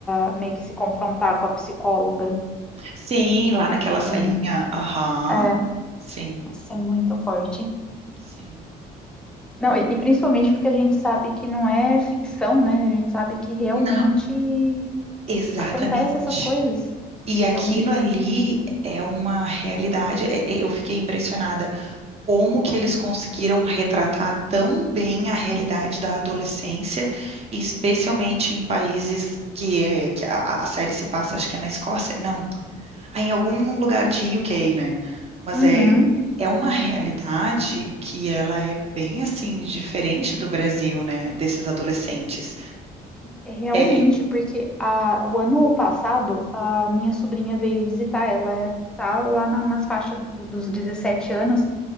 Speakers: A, in the centre; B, on the right.
A: a meio que se confrontar com a psicóloga?
B: Sim, lá naquela
A: Sim.
B: salinha. Aham.
A: É,
B: Sim,
A: isso é muito forte.
B: sim.
A: Não, e, e principalmente porque a gente sabe que não é ficção, né? A gente sabe que realmente
B: Não, exatamente.
A: acontece essas coisas.
B: E aquilo
A: Realmente.
B: ali é uma realidade. é- é- Eu fiquei impressionada como que eles conseguiram retratar tão bem a realidade da adolescência, e especialmente em países que, é, que a, a- a série se passa, acho que é na Escócia, não, ah, em algum lugar de UK, né? Mas
A: Uhum.
B: é, é uma realidade que ela é bem assim diferente do Brasil, né? Desses adolescentes.
A: Realmente,
B: É,
A: porque a, o ano passado a minha sobrinha veio visitar, ela é, tá lá na- nas faixas do- dos 17 anos,